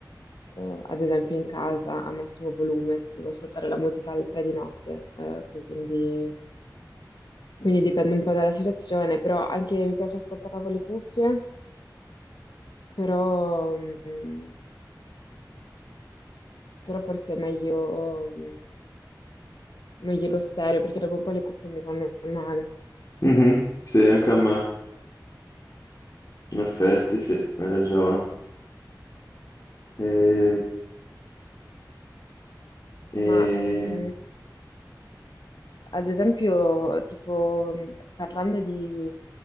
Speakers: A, on the left (about 80°); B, on the left (about 50°).
A: eh, ad esempio, in casa a massimo volume se vuoi ascoltare la musica alle tre di notte. eh, quindi, quindi dipende un po' dalla situazione, però anche mi piace ascoltarla con le cuffie, però, mm, però forse è meglio. mm, meglio lo stereo perché dopo un po' le cuffie mi fanno male.
B: Mhm, Sì, anche a me, in effetti, sì, hai ragione. E, e-
A: Ma ehm, ad esempio, tipo, mh, parlando di,